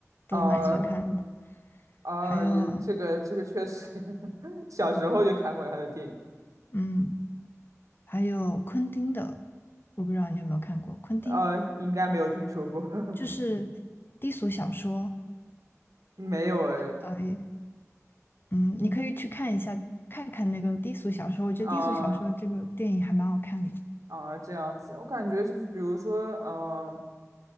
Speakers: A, on the left; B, on the right.
A: 都蛮喜欢看的，
B: 啊啊，
A: 还有
B: 也这个这个确实，<laughs> 小时候就看过他的电影，
A: 嗯，还有昆汀的，我不知道你有没有看过，昆汀
B: 呃，应该没有听说过，<laughs>
A: 就是低俗小说
B: 没有哎，
A: 导演，嗯，你可以去看一下，看看那个低俗小说，我觉得低俗小说这个电影还蛮好看的，
B: 啊啊，这样子，我感觉就是比如说，呃，